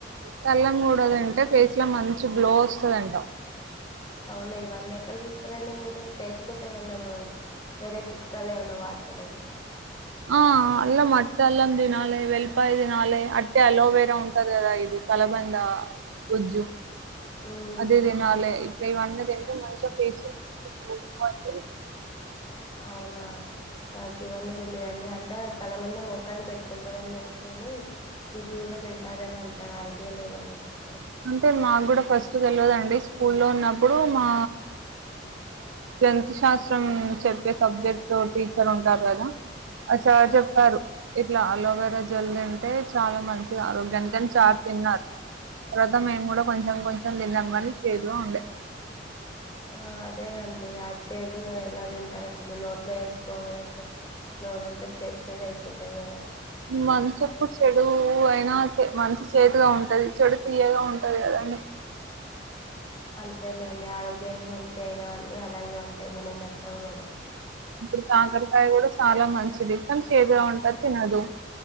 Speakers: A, on the right; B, on the left.
A: ఉత్త అల్లం కూడా తింటే ఫేస్ లో మంచి గ్లో వస్తాది అంటా
B: అవునా ఇవన్నీ ఎక్కడ చూస్తారు అండి మీరు ఫేస్ కోసం ఏమన్నా వేరే చిట్కాలు ఏమన్నా వాడతారా ఇంకా
A: ఆ అల్లం వట్టి అల్లం తినాలి వెల్పయి తిన్ తినాలే అట్టే అలోవేరా ఉంటది కదా ఇది కలబంద గుజ్జు
B: ఉమ్
A: అది తినాలే ఇప్పుడ ఇవన్న మ ఫేస మంచి గ్ <unintelligible>
B: అవునా నాకు ఇవన్నీ తెలియదండి అంటే కళ్ళ ముంద మోఖానికి పెట్టుకుంటారని తెలుసు కాని గుజ్జు కూడా తింటారని అంత ఐడియా లేదండి నా
A: అంటే మాకు కూడా ఫస్ట్ తెలియదుండి స్కూ లో ఉన్నప్పుడు మా టెన్త్ శాస్త్రం చెప్పే సబ్జెక్ట్ టీచర్ ఉంటారు కదా ఆ సార్ చెప్పారు ఇట్లా అలోవేరా జల్ అంటే చాలా మంచి ఆరోగ్యానికని సార్ తిన్నారు తర్వాత మేము కూడా కొంచెం కొంచెం తిన్నాం కానీ చేదుగా ఉండే
B: ఆ అదే అండి అది చేదు నువ్వు ఎలా తింటారు అసలు్ నోట్లో వేసుకోగానే నోరంతా చేదు అయిపోతాయి కదా
A: మనంచపు చెడు అయినా మంచి చేతిగా ఉంటది చెడు తీయగా ఉంటది కదండి
B: అంతేలేండి ఆరోగ్యానికి మంచి అయినవన్నీ అలాగే ఉంటాయి మనం నచ్చావు కదా
A: ఇప్పుడు కాకరకాయ కూడా చాలా మంచి చేదుగా ఉంటది తినదు